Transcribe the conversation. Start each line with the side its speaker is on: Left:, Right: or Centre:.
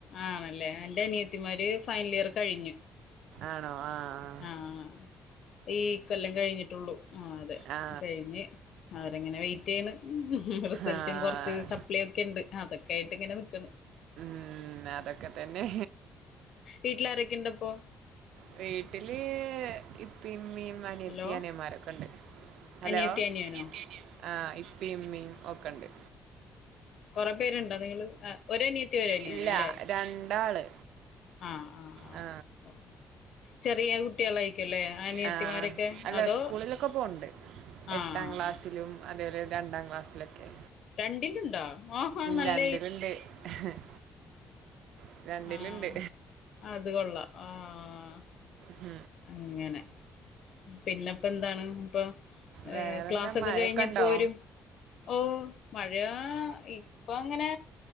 Left: ആണല്ലേ എന്റെ അനിയത്തിമാര് ഫൈനലിയർ കഴിഞ്ഞ്
Right: ആണോ ആഹ്
Left: ആഹ് ഈ കൊല്ലം കഴിഞ്ഞിട്ടുള്ളൂ ആഹ് അതെ
Right: ആ
Left: കഴിഞ്ഞ് അവരിങ്ങനെ വെയി റ്റ്യ്യണ് റിസൽറ്റും
Right: ആ
Left: കൊറച്ച് സപ്ലൈക്കെണ്ട് അതൊക്കെയായിട്ട് ഇങ്ങനെ നിക്കണ്
Right: ഉം അതൊക്കെ തന്നെ
Left: വീട്ടിലാരൊക്കെണ്ടപ്പോ
Right: വീട്ടില് ഇപ്പീംഇമ്മീ അനയത്തി
Left: ഹലോ
Right: അനിയമാരൊക്കെണ്ട് ഹലോ
Left: അനിയത്തി അനിയനോ
Right: അനിയത്തി അനിയനു ആഹ് ഇപ്പിമ്മീ ഓക്കണ്ട്
Left: കുറെ പേരുണ്ടോ നിങ്ങള് ഒരനിയത്തി ഒരനിയനോല്ലേ
Right: ഇല്ല രണ്ടാള്
Left: ആഹ് ആഹ് ആഹ്
Right: ആ
Left: ചെറിയ കുട്ട്യളായിരിക്കല്ലേ അനിയത്തിമാരൊക്കെ
Right: ആ അല്ല
Left: അതോ
Right: സ്കൂളിലൊക്കെ പോണ്ട്
Left: ആഹ്
Right: എട്ടാം ക്ലാസ്സിലും
Left: ആഹ്
Right: അതേപോലെ രണ്ടാക്ലാസ്സിലൊക്കെ
Left: രണ്ടിലുണ്ടോ ആഹാ നല്ല
Right: രണ്ടിലുണ്ടോ ഉം രണ്ടിലിണ്ട് രണ്ടിലിണ്ട്
Left: ആഹ് അത് കൊള്ളാം ആഹ്
Right: ഉം
Left: അങ്ങനെ പിന്നെപ്പന്താണ് അപ്പൊ
Right: വേറെന്താ
Left: ഏഹ് ക്ലാസ്സൊക്കെ
Right: മഴയൊക്കെ
Left: കയിഞ്ഞപ്പോ
Right: ഉണ്ടോ
Left: വെരും ഓഹ് മഴയാ ഇപ്പ ഇപ്പൊങ്ങനെ